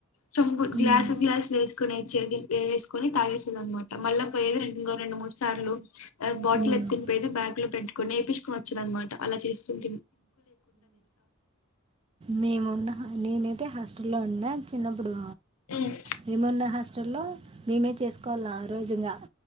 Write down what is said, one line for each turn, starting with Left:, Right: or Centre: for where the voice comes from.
Left: చెంబు
Right: ఉమ్,
Left: గ్లాసు గ్లాస్ లేస్ కొనిచేది వేసుకొని తాగేసేది అనమాట మళ్ళ పోయేది రెండుో రెండు మూడు సార్లు బటిల్
Right: ఉమ్,
Left: ఎత్తిని పొయ్యేది బ్యాగ్ లో పెట్టుకొని వేపించుకొని వచేది అనమాట అలా చేస్తు
Right: మేమున్న నేనైతే హాస్టల్ లో ఉన్నా చిన్నప్పుడు
Left: ఉమ్,
Right: మేమున్న హాస్టల్లో మేమే చేసుకోవల ఆ రోజు ఇగ